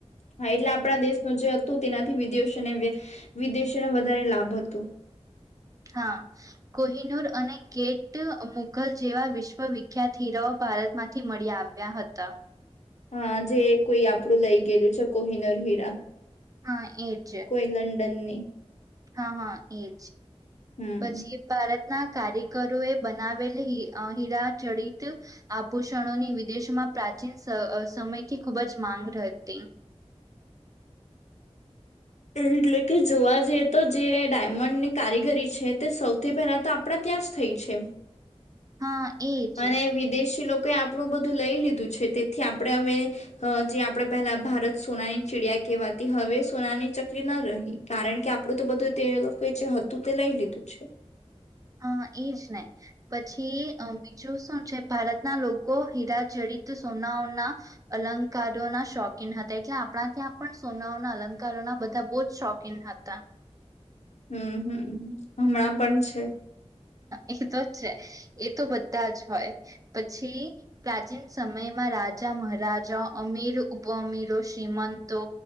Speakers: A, on the left; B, on the right.
A: હા એટલે આપણા દેશનું જે હતું તેનાથી વિદેશોને વિદેશોને વધારે લાભ હતો
B: હા કોહિનુર અને ગેટ મુઘલ જેવા વિશ્વવિખ્યાત હીરાઓ ભારતમાંથી મળી આવ્યા હતા
A: હા જે કોઈ આપડું લઈ ગયેલું છે કોહિનૂર હીરા
B: હા એજ
A: કોઈ લંડનની
B: હા હા એજ
A: હમ.
B: પછી ભારત ના કારીગરોએ બનાવેલ હીરાજડિત આભૂષણોની વિદેશમાં પ્રાચીન સમયથી ખૂબ જ માંગ હતી
A: એટલે કે જોવા જઈએ તો જે ડાયમંડની કારીગરી છે તે સૌથી પહેલા તો આપણા ત્યાં જ થઇ છે
B: હા એજ
A: અને વિદેશી લોકો તે આપણું બધું લઈ લીધું છે તેથી આપણે હવે જે આપણે પહેલા ભારત સોનાની ચીડિયા કહેવાતી હવે સોનાની ચકલી ન રહી કારણ કે આપણું તો બધું તે લોકોએ જે હતું તે લઈ લીધું છે
B: હા એજ ને પછી બીજું શું છે ભારતના લોકો હીરાજડિત સોનાઓના અલંકારોના શોખીન હતા એટલે આપણા ત્યાં પણ સોનાઓના અલંકારોના બધા બહુ જ શોખીન હતા
A: હમ હમ હમણાં પણ છે
B: એ તો છે એ તો બધા જ હોય પછી પ્રાચીન સમયમાં રાજા મહારાજા અમીર ઉપઅમીરો શ્રીમંતો